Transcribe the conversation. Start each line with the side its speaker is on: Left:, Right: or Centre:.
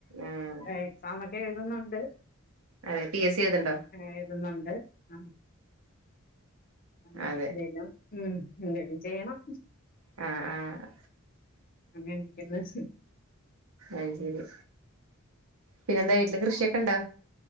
Right: ആഹ്
Left: എക്സാം ഒക്കെ എഴുതുന്നുണ്ട്
Right: അതെ പി എസ് സി എഴുത്ണ്ടോ
Left: ആ എയ്തുന്നുണ്ട് അ മ്മ്
Right: അതെ
Left: എന്ധെലും ഉം എന്താലും ചെയ്യണം
Right: അ ആ
Left: അങ്ങക്ക <unintelligible>
Right: അത്ശരി പിന്നെ എന്താ വീട്ടില് കൃഷിയോക്കെ ഇണ്ടോ